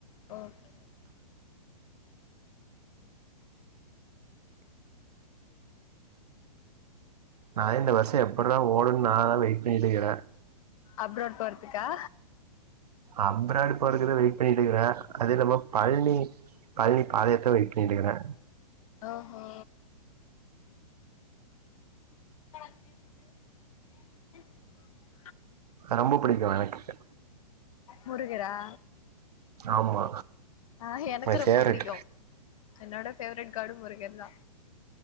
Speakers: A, on the left; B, on the right.
A: ஓகே ஓகே
B: நானே இந்த வர்ஷம் எப்பிடிற ஓடுன்னு நானா வெயிட் பண்ணிட்டிக்குறே
A: அப்ராட் போற்துக்கா
B: அப்ராட் போறதுக்குதா வெயிட் பண்ணிட்டு இருக்குறே அது நம்ம பழ்னி பழ்னி பாதையாத்ர வெயிட் பண்ணிட்டிருக்கிறே
A: ஓஹோ <unintelligible> அஜிதுக்கு <unintelligible>
B: ரொம்ப புடிக்கு எனக்கு
A: முருகரா
B: ஆமா
A: ஆ எனக்கு
B: மை
A: ரொம்ப
B: ஃபேவரட்
A: புடிக்கு என்னோட பேவரட் காடு முருகர்தா